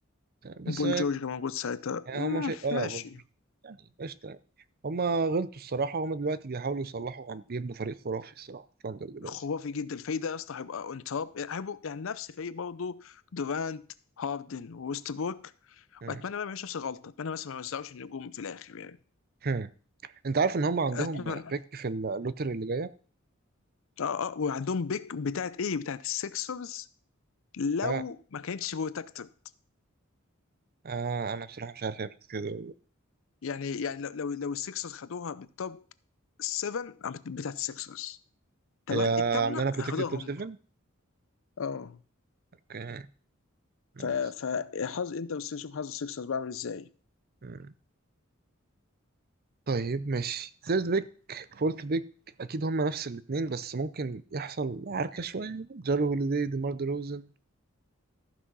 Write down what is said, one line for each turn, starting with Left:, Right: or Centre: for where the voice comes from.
Right: بس
Left: بول جورج كان موجود ساعتها
Right: يعني
Left: مم،
Right: هما شيء اه
Left: ماشي
Right: فولفسبورج يعني قشطة يعني هما غلطوا الصراحة هما دلوقتي بيحاولوا يصلحوا عم بيبنوا فريق خرافي الصراحة ثاندر دلوقتي
Left: خرافي جدا الفايده يا اسطى هيبقى اون توب يعني هيبقوا يعني نفس فريق برضه دورانت هاردن ووستبروك
Right: مم.
Left: واتمنى ما يعملوش نفس الغلطه اتمنى بس ما يوزعوش النجوم في الاخر يعني
Right: هم. انت عارف ان هما عندهم
Left: اتمنى
Right: بيك في اللوتري اللي جاية
Left: اه اه وعندهم بيك بتاعت ايه بتاعت السكسرز لو
Right: آه.
Left: ما كانتش بروتكتد
Right: آه انا بصراحة مش عارف هي protected ولا لا.
Left: يعني يعني لو لو, لو السكسرز خدوها بالتوب 7 بتاعت السكسرز تمام
Right: هي
Left: الثامنه
Right: عاملة لنا بروتكتد
Left: هياخدوها
Right: توب
Left: هم
Right: 7
Left: اه
Right: اوكي نايس
Left: ف فحظ انت بس شوف حظ السكسرز بعمل ازاي
Right: مم. طيب ماشي ثيرد بيك فورث بيك اكيد هما نفس الاتنين بس ممكن يحصل عركة شوية جارو هوليدي ديمار روزن